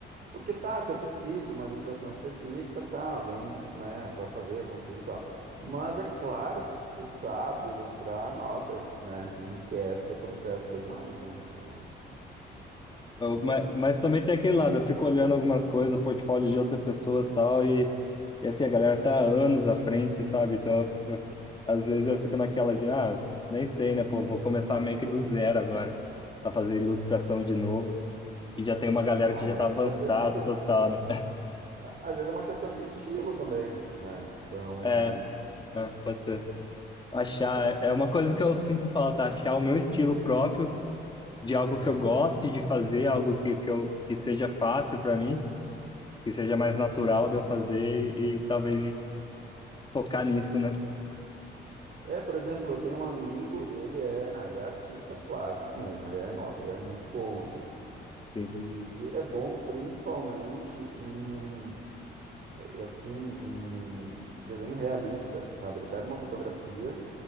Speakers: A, on the right; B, on the left.
A: porque tá, se eu preciso de uma ilustração específica, tá, alguém, né, vai fazer, eu consigo e tal. Mas é claro que tu sabe ilustrar, nossa, né, enriquece teu processo bem mais, né? Então,
B: Mas, mas também tem aquele lado, eu fico olhando algumas coisas, portfólio de outras pessoas e tal, e, e assim, a galera tá anos à frente, sabe? Então, eu- eu- às vezes eu fico naquela de, ah, nem sei, né, pô, vou começar meio que do zero agora, a fazer ilustração de novo, e já tem uma galera
A: ah,
B: que
A: mas
B: já tá avançado
A: às vezes é uma questão
B: total, né?
A: a- Às vezes é uma questão de estilo também, né? Então,
B: É, é, pode ser. Achar, é uma coisa que eu sinto falta, achar o meu estilo próprio, de algo
A: sim.
B: que eu goste de fazer, algo que, que, eu, que seja fácil pra mim que seja mais natural de eu fazer e, e talvez focar nisso, né?
A: É, por exemplo, eu tenho um amigo, ele é, não, ele é artista plástico mesmo, ele é, nossa, ele é muito bom, assim.
B: Sim,
A: E, e ele é bom principalmente em, eh, assim, em desenho realista, sabe? Ele pega uma fotografia,